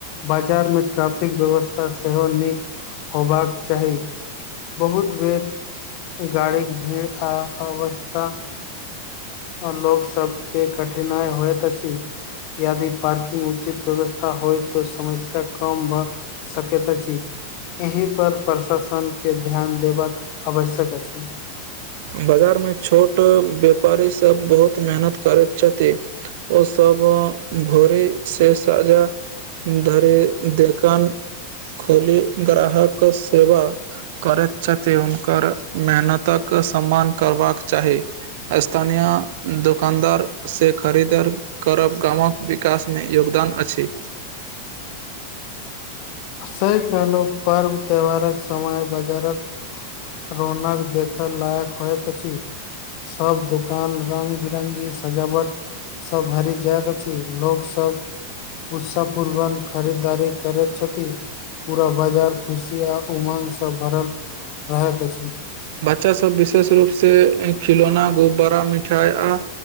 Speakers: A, on the left (about 45°); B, on the right (about 50°).
A: बाजारमे ट्रैफिक व्यवस्था सेहो नीक होबाक चाही बहुत बेर गाड़ीक भीड़ आ अवस्था आओर लोक सबके कठिनाई होइत अछि यदि पार्किंग उचित व्यवस्था होय तऽ समस्या कम भ सकैत अछि एहि पर प्रशासनके ध्यान देबाक आवश्यक अछि
B: बाजारमे छोट व्यापारी सब बहुत मेहनत करैत छथि ओसब भोरे से साजा धरे देखन खोली ग्राहक सेवा करैत छथिन हुनकर मेहनतक के सम्मान करबाक चाही स्थानीया दोकानदार से खरीद करब गांमवक विकास मे योग दान अछि
A: सेही कहलै लोक पर्व त्यौहारक समय बाजारक रौनक देखय लायक होइत अछि सब दुकान रंग बिरंगी सजावट सब भारी जयत छी लोग सब उत्साहपूर्वक खरीदारी करैत छथि पूरा बाजार खुशी आ उमंग सब भरल रहैत अछि
B: बच्चा सब विशेष रूप से खिलौना गुब्बारा मिठाई आ